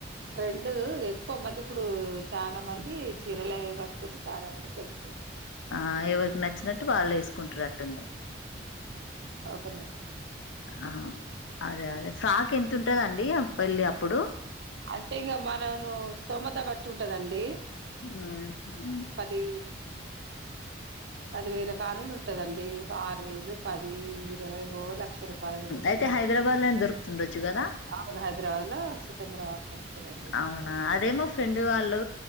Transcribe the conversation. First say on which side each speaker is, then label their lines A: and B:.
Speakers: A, on the right (about 70°); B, on the left (about 80°).
A: రెండు ఎక్కువ మంది ఇప్పుడు, చాలా మంది చీరలు కడుతరు చాలా మంది డ్రెస్సులు వేస్తారు.
B: ఆ ఎవరికి నచ్చినట్ వాళ్ళు వేసుకుంటుారుట్టుంది
A: ఓక
B: ఆ అదే అదే ఫ్రాక్ ఎంత ఉంటదండి పెళ్ళి అప్పుడు
A: అంటే ఇంకా మనం స్తోమత బట్టి ఉంటదండి
B: మ్మ్.
A: డి ఆది పది వేర కానుూలు ఉంటదండి ఆరు వేలు పదిహను లక్ష రూపాయలది కూడా ఉంటదండి
B: అయితే హైదరాబాద్ లోనే దొరుకుతుండొచ్చు కదా
A: అవును హైదరాబాద్ లో సికింద్రాబాద్ ఆ దొరుకుతదండి
B: అవునా అదే మా ఫ్రెండ్ వాళ్ళు